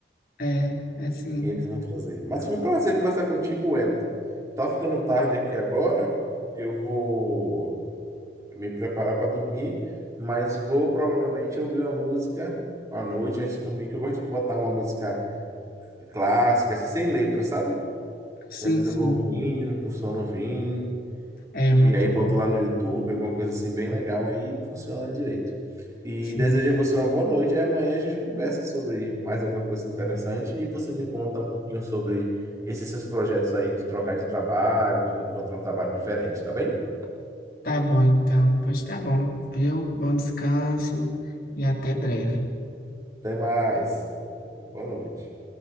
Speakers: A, on the left; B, on the right.
A: é, é sim.
B: quem eles vão trazer. Mas foi um prazer conversar contigo, Wellington. Tá ficando tarde aqui agora. Eu vou me preparar para dormir, mas vou provavelmente ouvir uma música à noite antes de dormir, que eu gosto de botar uma música clássica, assim, sem letra, sabe?
A: Sim,
B: Às vezes
A: sim.
B: eu vou ouvindo, pro sono vir.
A: É muito
B: E aí botou
A: bom.
B: lá no YouTube, alguma coisa assim bem legal, aí funciona direito. E
A: Sim.
B: desejo a você uma boa noite, e amanhã a gente conversa sobre mais alguma coisa interessante e você me conta um pouquinho sobre esses seus projetos aí de trocar de trabalho, de encontrar um trabalho diferente, tá bem?
A: Tá bom, então. Pois tá bom, viu? Bom descanso e até breve.
B: Até mais. Boa noite.